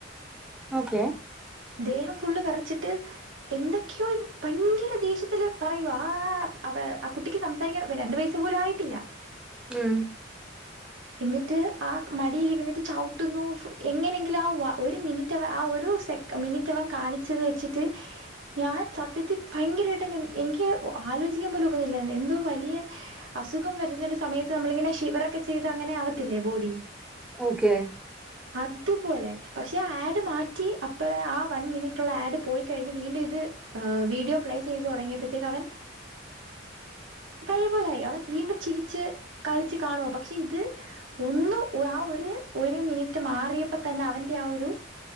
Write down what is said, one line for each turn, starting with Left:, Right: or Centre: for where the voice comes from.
Centre: ഓക്കെ
Right: ദേഹം ഫുള്ള് വിറച്ചിട്ട് എന്തൊക്കെയോ ഭയങ്കര ദേഷ്യത്തില് പറയുവാ ആഹ് കുട്ടിക്ക് സംസാരിക്കാൻ രണ്ട് വയസ് പോലും ആയിട്ടില്ല
Centre: ഉം
Right: എന്നിട്ട് ആ മടിലിരുന്നിട്ട് ചവിട്ടുന്നു എങ്ങനെയെങ്കിലും ആ ഒരു മിനിറ്റ് അവൻ ഒരു സെ മിനിറ്റ് അവൻ കാണിച്ചത് വെച്ചിട്ട് ഞാൻ സത്യത്തിൽ ഭയങ്കരമായിട്ടങ് എനിക്ക് ആലോചിക്കാൻ പോലും ഒക്കുന്നില്ലരുന്നു എന്തോ വലിയ അസുഖം വരുന്നൊരു സമയത്ത് നമ്മളിങ്ങനെ ശിവറൊക്കെ ചെയ്ത് അങ്ങനെ ആവത്തില്ലേ ബോഡി?
Centre: ഓക്കെ.
Right: അതുപോലെ പക്ഷേ ആഡ് മാറ്റി. അ ഇപ്പോളെ ആ വൺ മിനിറ്റുള്ള ആഡ് പോയിക്കഴിഞ്ഞ് വീണ്ടും ഇത് ് വീഡിയോ പ്ലേ ചെയ്ത് തുടങ്ങിയപ്പോഴത്തേക്ക് അവൻ പഴേ പോലായി അവൻ വീണ്ടും ചിരിച്ച് കളിച്ച് കാണുവാ പക്ഷെ ഇത് ഒന്ന് ആ ഒര് ഒര് മിനിറ്റ് മാറിയപ്പോ തന്നെ അവൻ്റെ ആ ഒരു